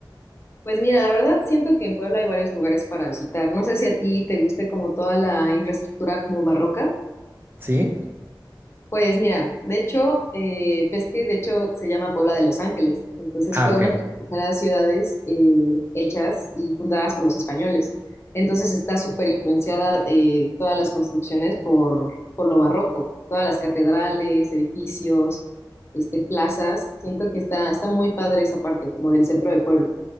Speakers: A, on the left (about 30°); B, on the right (about 25°).
A: Pues mira, la verdad siento que en Puebla hay varios lugares para visitar. No sé si a ti te guste como toda la infraestructura como barroca.
B: ¿Sí?
A: Pues mira, de hecho, eh, ves que de hecho se llama Puebla de Los Ángeles, entonces
B: Ah,
A: fue
B: ok.
A: una de las primeras ciudades eh, hechas y fundadas por los españoles. Entonces está súper influenciada eh, todas las construcciones por, por lo barroco, todas las catedrales, edificios, este, plazas. Siento que está, está muy padre esa parte, como del centro de Puebla.